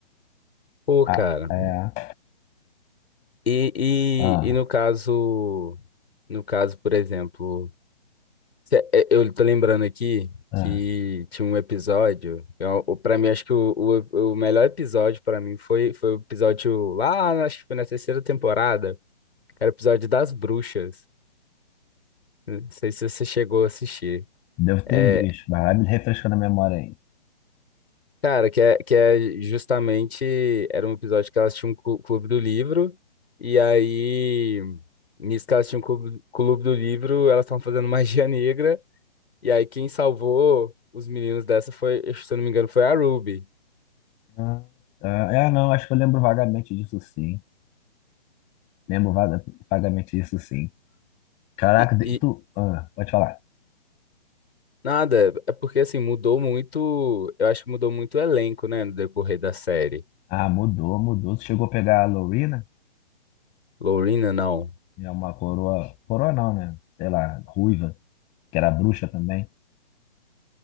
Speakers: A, on the left (about 75°); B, on the left (about 25°).
A: pô,
B: Ah,
A: cara.
B: é.
A: E,
B: Ah,
A: e, e no caso. No caso, por exemplo. Cê- é, Eu tô lembrando aqui
B: ah.
A: que tinha um episódio. Eu, o- pra mim, acho que o, o, o melhor episódio pra mim foi, foi o episódio lá, acho que foi na terceira temporada. Era o episódio das bruxas. Não sei se você chegou a assistir.
B: Devo ter
A: É,
B: visto, mas vai me refrescando a memória aí.
A: cara, que é, que é justamente. Era um episódio que elas tinham um clu- clube do livro. E aí, nisso que elas tinham um clube, clube do livro, elas estavam fazendo magia negra. E aí, quem salvou os meninos dessa foi, se eu não me engano, foi a Ruby.
B: Ah, ah, é, não, acho que eu lembro vagamente disso sim. Lembro vaga- vagamente disso sim. Caraca,
A: E,
B: de-
A: e
B: tu. ah, pode falar.
A: nada, é porque assim, mudou muito. Eu acho que mudou muito o elenco, né, no decorrer da série.
B: Ah, mudou, mudou. Tu chegou a pegar a Lorena,
A: Lorena, não.
B: é uma coroa. Coroa não, né? Sei lá, ruiva, que era bruxa também.